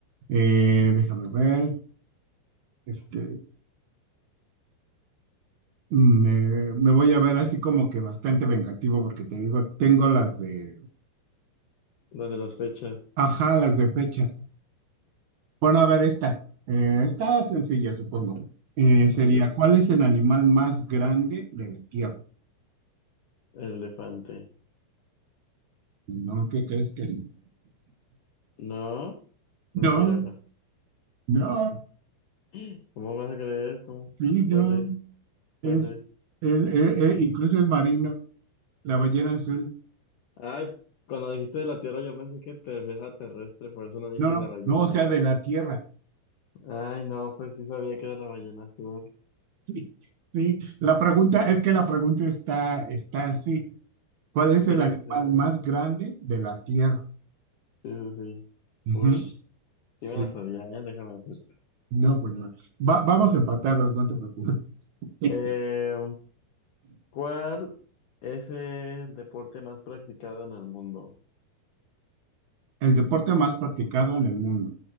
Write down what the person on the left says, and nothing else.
¿Dónde las fechas?
A ver,
el elefante.
No,
la jirafa.
<gasps> ¿Cómo vas a creer? ¿Cómo?
¿Cuál es?
¿Cuál es?
Ay, cuando dijiste de la Tierra yo pensé que te refieres a terrestre, por eso no dije
la ballena.
Ay, no, pues sí sabía que era la ballena azul.
Sí,
sí, sí,
sí, sí, sí.
Ush,
sí me la sabía, ¿eh? Déjame decirte.
Eh, ¿Cuál es el deporte más practicado en el mundo?